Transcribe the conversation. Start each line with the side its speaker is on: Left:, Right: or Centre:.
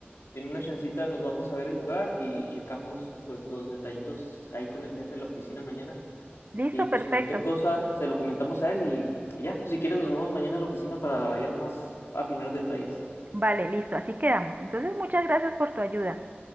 Left: en una chancita nos vamos a ver el lugar y checamos pues los detallitos ahí con el jefe en la oficina mañana.
Right: Listo,
Left: Y pues
Right: perfecto.
Left: cualquier cosa se lo comentamos a él y, y ya. Pues, si quieres, nos vemos mañana en la oficina para ya nomás afinar detalles.
Right: Vale, listo, así quedamos. Entonces, muchas gracias por tu ayuda.